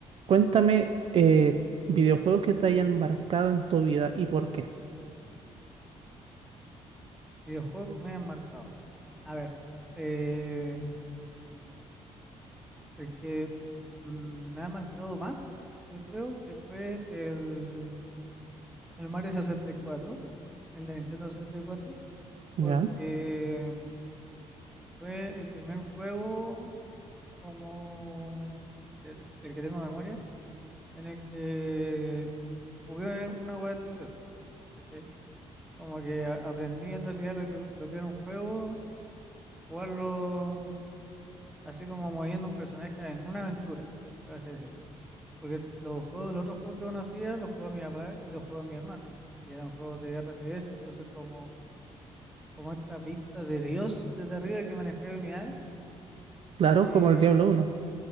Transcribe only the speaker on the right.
Cuéntame eh, videojuegos que te hayan marcado en tu vida y por qué.
¿Ya?
Claro,
como el Diablo uno,